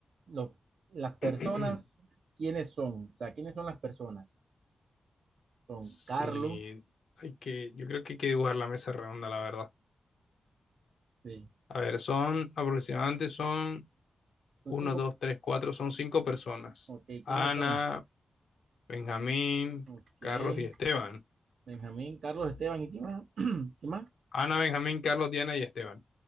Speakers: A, on the right; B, on the left.
A: Los- las personas,
B: <coughs>
A: ¿quiénes son? O sea, ¿quiénes son las personas? Son
B: Sí,
A: Carlos,
B: hay que, yo creo que hay que dibujar la mesa redonda, la verdad.
A: sí.
B: A ver, son aproximadamente son
A: Son
B: uno,
A: cinco.
B: 2, 3, 4, son cinco personas.
A: Ok,
B: Ana,
A: ¿quiénes son?
B: Benjamín,
A: Ok,
B: Carlos y Esteban.
A: Benjamín, Carlos, Esteban, ¿y quién más? <clears throat> ¿Quién más?
B: Ana, Benjamín, Carlos, Diana y Esteban.